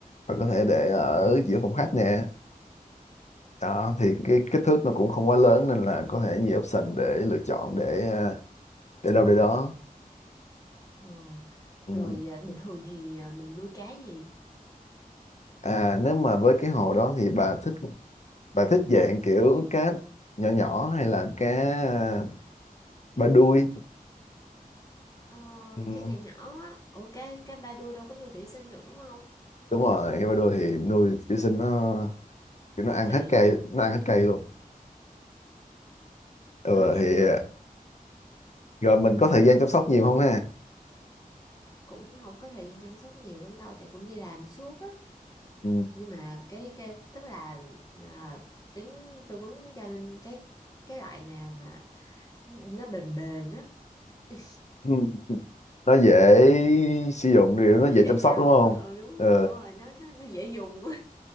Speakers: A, on the left (about 50°); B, on the left (about 25°).
A: bạn có thể để ở giữa phòng khách
B: Ừ.
A: nè đó thì cái kích thước nó cũng không quá lớn nên là có thể nhiều option để lựa chọn để à, để đâu để đó
B: ờ
A: ừ.
B: rồi à, bình thường thì à, mình nuôi cá gì
A: à nếu mà với cái hồ đó thì bà thích bà thích dạng kiểu cá nhỏ nhỏ hay là cá à, ba đuôi
B: ờ
A: ừ.
B: cá nhỏ nhỏ á ủa cá cá ba đuôi đâu có nuôi thủy sinh được đúng không
A: đúng rồi cái ba đuôi thì nuôi kiểu sinh nó kiểu nó ăn
B: nó kỳ
A: hết cây
B: á
A: nó ăn hết cây luôn ừ,
B: ok
A: thì à, rồi mình có thời gian chăm sóc nhiều không ha
B: cũng không có thời gian chăm sóc nhiều lắm đâu tại cũng đi làm suốt á
A: ừ.
B: nhưng mà cái cái tức là à, tiếng tư vấn cho Linh cái cái loại nào mà nó bền bền á <laughs>
A: Ừ. nó dễ sử dụng điều nó
B: nó
A: dễ
B: dễ
A: chăm sóc
B: chăm
A: đúng không
B: á ừ đúng
A: ờ,
B: rồi đúng rồi nó nó nó dễ dùng á